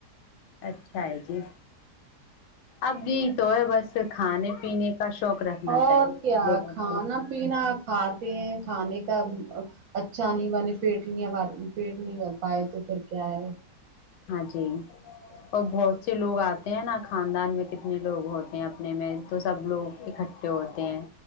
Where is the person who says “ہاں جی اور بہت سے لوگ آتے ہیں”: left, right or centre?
Left